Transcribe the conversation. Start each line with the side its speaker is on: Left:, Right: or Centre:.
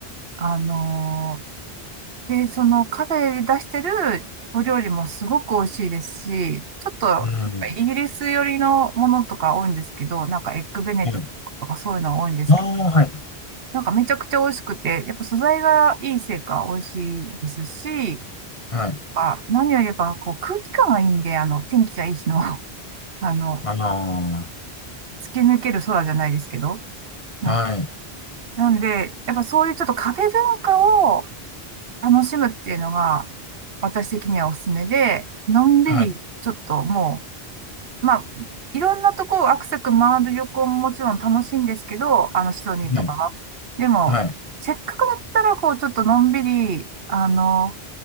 Right: あので、そのカフェで出してるお料理もすごく美味しいですし、ちょっとやっぱイギリス寄りのものとか多いんですけど、
Left: うん。
Right: なんかエッグベネディクトとかそういうのが多いんですけど、
Left: はい。ああ、はい。
Right: なんかめちゃくちゃ美味しくて、やっぱ素材がいいせいか美味しいですし、
Left: はい。
Right: あ、何よりやっぱこう空気感がいいんで、あの天気がいい日の、<laughs> あの、
Left: ああ、
Right: 突き抜ける空じゃないですけど、な、
Left: はい。
Right: なんで、やっぱそういうちょっとカフェ文化を楽しむっていうのが、私的にはおすすめで、のんびり、
Left: はい。
Right: ちょっともう、まあ、いろんなとこをアクセク回る旅行ももちろん楽しいんですけど、あの、シドニーとかは。
Left: はい。
Right: でも、
Left: はい。
Right: せっかくだったら、こう、ちょっとのんびり、あの、